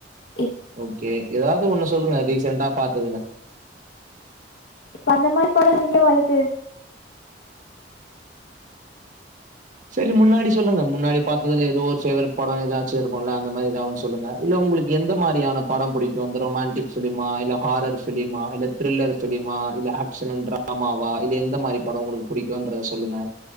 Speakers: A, on the left; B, on the right.
A: இப்
B: ஓகே ஏதாவது ஒண்ணு சொல்லுங்க அட்லீஸ்ட் ரிசென்ட்அ பாத்ததுல
A: இப்ப அந்த மாதிரி படம் எங்க வருது
B: செரி முன்னாடி சொல்லுங்க முன்னாடி பார்த்ததுல ஏதோ ஒரு ஃபேவரட் படம் ஏதாச்சும் இருக்கும் அந்த மாதிரி ஏதாவன்னு சொல்லுங்க இல்ல உங்களுக்கு எந்த மாதிரியான படம் பிடிக்கும் அ ரொமண்டிக் பிலிமா இல்ல ஹாரர் பிலிமா இல்ல த்ரில்லர் பிலிமா இல்ல ஆக்ஷன் அண்ட் டிராமாவா இல்ல எந்த மாதிரி படம் உங்களுக்கு பிடிக்கும்ன்றதை சொல்லுங்க